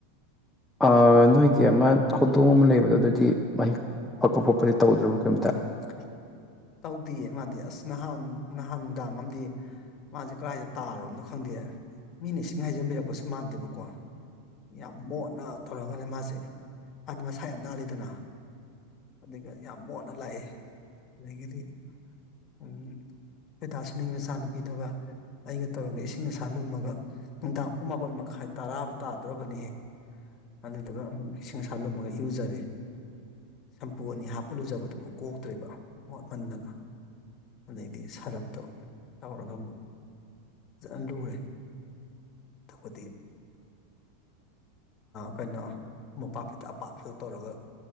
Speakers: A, in the centre; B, on the left.
A: ꯑꯥ ꯅꯣꯏꯒꯤ ꯑꯃ ꯍꯧꯗꯣꯡ ꯑꯃ ꯂꯩꯕꯗꯣ ꯑꯗꯨꯗꯤ ꯃꯍꯤꯛ ꯄꯛꯄ ꯈꯣꯄꯁꯦ ꯇꯧꯗ꯭ꯔꯕ ꯀꯩꯝꯇ
B: <inaudible> ꯇꯧꯗꯦꯌꯦ ꯃꯥꯗꯤ ꯑꯁ ꯅꯍꯥꯟ ꯅꯍꯥꯟ ꯅꯨꯡꯗꯥꯡ ꯑꯃꯗꯤ ꯃꯥꯁꯦ ꯀꯗꯥꯏꯗ ꯇꯥꯔꯣꯅꯣ ꯈꯪꯗꯦ ꯃꯤꯅ ꯏꯁꯤꯡ ꯍꯥꯏꯖꯤꯟꯕꯤꯔꯛꯄꯁꯨ ꯃꯥꯟꯗꯦꯕꯀꯣ ꯌꯥꯝ ꯃꯣꯠꯅ ꯇꯧꯔꯒꯅꯦ ꯃꯥꯁꯦ ꯃꯥꯗꯤ ꯃꯁꯥ ꯌꯥꯝ ꯅꯥꯜꯂꯤꯗꯅ ꯑꯗꯨꯒ ꯌꯥꯝ ꯃꯣꯠꯅ ꯂꯥꯛꯏ ꯑꯗꯒꯤꯗꯤ ꯑꯩꯣꯏꯗꯥꯁꯨꯅꯤꯡ ꯃꯆꯥꯅꯨꯄꯤꯗꯨꯒ ꯑꯩꯒ ꯇꯧꯔꯒ ꯏꯁꯤꯡ ꯑꯁꯥ ꯂꯨꯝꯃꯒ ꯅꯨꯡꯗꯥꯡ ꯄꯨꯡ ꯃꯥꯄꯟ ꯃꯈꯥꯏ ꯇꯔꯥꯕ ꯇꯥꯗ꯭ꯔꯕꯅꯤꯍꯦ ꯑꯗꯨꯗꯨꯒ ꯑꯃꯨꯛ ꯏꯁꯤꯡ ꯑꯁꯥ ꯂꯨꯝꯃꯒ ꯏꯔꯨꯖꯔꯦ ꯁꯝꯄꯨ ꯑꯅꯤ ꯍꯥꯞꯄ ꯂꯨꯖꯕꯗꯨꯕꯨ ꯀꯣꯛꯇ꯭ꯔꯦꯕ ꯃꯣꯠꯃꯟꯗꯅ ꯑꯗꯩꯗꯤ ꯁꯔꯞꯇꯣ ꯇꯧꯔꯒ ꯑꯃꯨꯛ ꯐꯖꯅ ꯂꯨꯔꯦ ꯑꯗꯨꯗꯤ ꯀꯩꯅꯣ ꯃꯣꯝꯄꯥꯛꯐꯤꯗꯛ ꯑꯄꯥꯛꯄꯗ ꯇꯧꯔꯒ